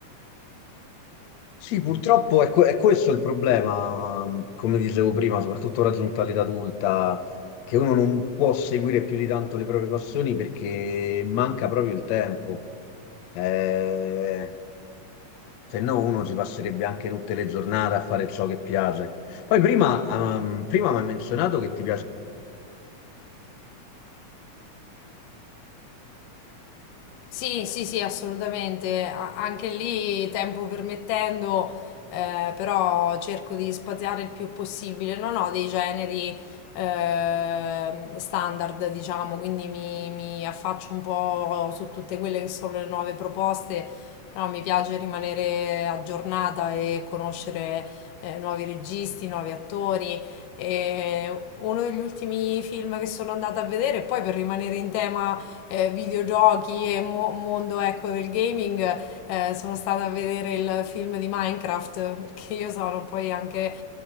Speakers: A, on the left; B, on the left.
A: Sì, purtroppo è, que- è questo il problema, ehm, come dicevo prima, soprattutto raggiunta l'età adulta, che uno non può seguire più di tanto le proprie passioni perché manca proprio il tempo. Eh, se no uno si passerebbe anche tutte le giornate a fare ciò che piace. Poi prima, ehm, prima mi hai menzionato che ti
B: Sì, sì, sì, assolutamente. A- anche lì, tempo permettendo, eh, però cerco di spaziare il più possibile. Non ho dei generi eh, standard, diciamo, quindi mi, mi affaccio un po' su tutte quelle che sono le nuove proposte, però mi piace rimanere aggiornata e conoscere eh, nuovi registi, nuovi attori. E uno degli ultimi film che sono andata a vedere, poi per rimanere in tema eh, videogiochi e mo- mondo ecco, del gaming, eh, sono stata a vedere il film di Minecraft, perché io sono poi anche